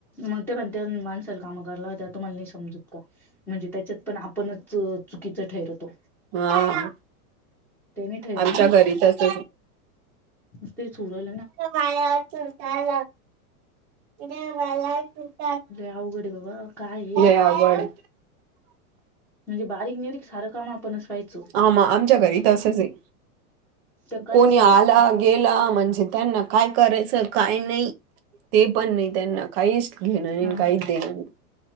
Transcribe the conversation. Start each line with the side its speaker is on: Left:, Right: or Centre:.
Centre: मग ते पण त्या माणसाल काम करायत्या तुम्हाला नाही समजत का? म्हणजे त्याच्यात पण आपणच चुकीचं ठरतो..
Right: हा
Centre: ते नाही ठरत
Right: आमच्या घरीतच...
Centre: न ते सरज....
Right: माया चुरताय बाया......
Centre: अवघड बाबा काय?
Right: अवघड आहे.
Centre: म्हणजे बारीक सारीक सारं काम आपण असवायचं....
Right: आम आमच्या घरी तर असंच आहे....
Centre: तर काहीच
Right: कोणी
Centre: नाही
Right: आला गेला म्हणजे त्यांना काय करायचं काय नाही.... ते पण नाही त्यांना काहीच घेणार नाही.
Centre: हा
Right: काहीच देणार नाही.